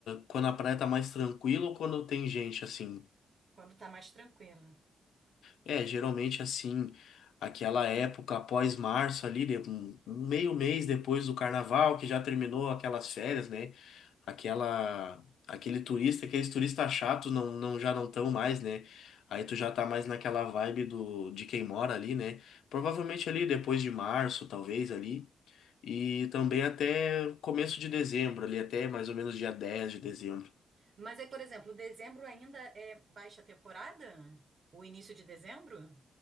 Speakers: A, on the left (about 85°); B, on the right (about 40°).
A: quando a praia tá mais tranquila ou quando tem gente assim?
B: Quando está mais tranquilo.
A: É, geralmente assim, aquela época após março ali, de- um um meio mês depois do carnaval, que já terminou aquelas férias, né? Aquela, aquele turista, aqueles turistas chatos não, não já não estão mais, né? Aí tu já tá mais naquela vibe do, de quem mora ali, né? Provavelmente ali depois de março, talvez ali, e também até começo de dezembro, ali até mais ou menos dia 10 de dezembro.
B: Mas aí, por exemplo, dezembro ainda é baixa temporada? O início de dezembro?